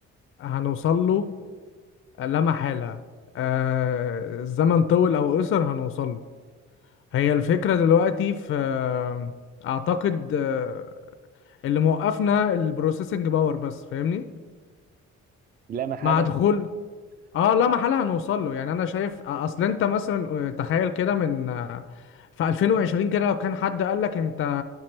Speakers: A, on the left (about 45°); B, on the right (about 30°).
A: هنوصل له لا محالة آه، الزمن طول او قصر هنوصل له هي الفكرة دلوقتي في آه، اعتقد آه، اللي موقفنا البروسيسنج باور بس فاهمني
B: لا محالة
A: مع دخول اه
B: يعني
A: لا محالة هنوصل له يعني انا شايف اصل انت مثلا تخيل كده من في 2020 كده لو كان حد قال لك انت